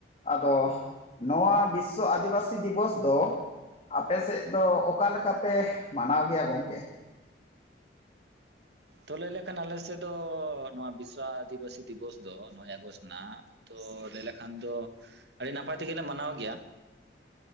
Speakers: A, on the left; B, on the right.
A: ᱟᱫᱚ ᱱᱚᱣᱟ ᱵᱤᱥᱥᱚ ᱟᱹᱫᱤᱵᱟᱹᱥᱤ ᱫᱤᱵᱚᱥ ᱫᱚ ᱟᱯᱮ ᱥᱮᱫ ᱫᱚ ᱚᱠᱟ ᱞᱮᱠᱟ ᱯᱮ ᱢᱟᱱᱟᱣ ᱜᱮᱭᱟ ᱜᱚᱝᱠᱮ?
B: ᱛᱚ ᱞᱟᱹᱭ ᱞᱮᱠᱷᱟᱱ ᱟᱞᱮ ᱥᱮᱫ ᱫᱚ ᱱᱚᱣᱟ ᱵᱤᱥᱥᱚ ᱟᱹᱫᱤᱵᱟᱹᱥᱤ ᱫᱤᱵᱚᱥ ᱫᱚ ᱱᱚᱭ ᱟᱜᱚᱥᱴ ᱨᱮᱱᱟᱜ ᱛᱚ ᱞᱟᱹᱭ ᱞᱮᱠᱷᱟᱱ ᱫᱚ ᱟᱹᱲᱤ ᱱᱟᱯᱟᱭ ᱛᱮᱜᱮ ᱞᱮ ᱢᱟᱱᱟᱣ ᱜᱮᱭᱟ᱾